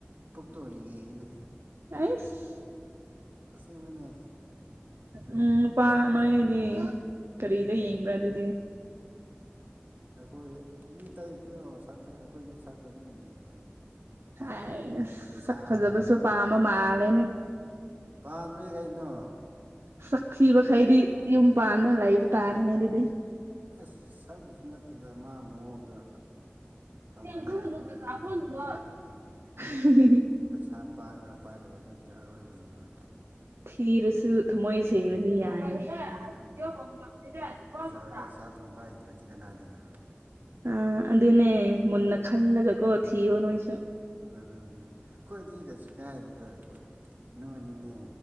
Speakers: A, on the right; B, on the right.
A: ꯄꯨꯛꯇ ꯌꯦꯡꯉꯤꯅꯤ
B: ꯑꯥꯏꯁ
A: ꯑꯁꯦꯡꯕꯅꯦ
B: ꯎꯝ ꯅꯨꯄꯥ
A: ꯁꯛ
B: ꯅꯣꯏꯗꯤ ꯈꯔꯤꯗꯦ ꯌꯦꯡꯕ꯭ꯔ ꯑꯗꯨ <inaudible>
A: ꯑꯩꯈꯣꯏ ꯃꯤ ꯇꯩꯕꯗꯨ ꯁꯛꯇ ꯑꯩꯈꯣꯏꯗꯤ ꯁꯛꯇ ꯑꯗꯨꯝ ꯌꯦꯡꯅꯩ ꯍꯥꯏꯇꯥꯔꯦ
B: ꯍꯥꯏ ꯑꯁ
A: ꯄꯩꯁꯥ
B: ꯁꯛ ꯐꯖꯕꯁꯨ
A: ꯋꯥ
B: ꯄꯥꯝꯕ ꯃꯥꯜꯂꯦꯅꯦ
A: ꯄꯥꯗ꯭ꯔꯦ ꯀꯩꯅꯣ
B: ꯁꯛ ꯊꯤꯕꯈꯩꯗꯤ ꯌꯨꯝ ꯄꯥꯟꯗꯅ ꯂꯩꯕ ꯇꯥꯔꯅꯦ ꯑꯗꯨꯗꯤ
A: ꯑꯩꯁ ꯁꯛꯄꯁꯨ ꯅꯠꯇꯗ ꯃꯥ ꯃꯑꯣꯡꯗꯣ ꯐꯕ꯭ꯔꯥ
B: <unintelligible>
A: ꯐꯠꯇꯕ꯭ꯔꯥ ꯑꯗꯨ ꯍꯥꯟꯅ ꯌꯦꯡꯊꯣꯛꯄꯅ ꯄꯩꯁꯥ ꯄꯥꯏꯕ꯭ꯔꯥ ꯄꯥꯏꯗꯕ ꯑꯗꯨꯗꯤ ꯑꯔꯣꯏꯕꯅꯦꯕ
B: ꯊꯤꯔꯁꯨ ꯊꯃꯣꯏ ꯁꯦꯡꯕꯗꯤ ꯌꯥꯏꯅꯦ <unintelligible>
A: ꯑꯗꯨꯅꯦ ꯐꯖꯔꯒ ꯆꯥꯛ ꯊꯣꯡꯕ ꯍꯩꯇ꯭ꯔꯗꯤ ꯀꯅꯥꯗꯦꯅ
B: ꯑ ꯑꯗꯨ ꯑꯗꯨꯅꯦ ꯃꯟꯅ ꯈꯜꯂꯒ ꯀꯣ ꯊꯤꯌꯣ ꯅꯣꯏꯁꯨ
A: ꯑꯗꯨꯗꯨꯅ ꯑꯈꯣꯏꯗꯤ ꯀꯩꯁꯨ ꯀꯥꯏꯗꯦꯗ ꯅꯣꯏꯅꯤꯅꯦ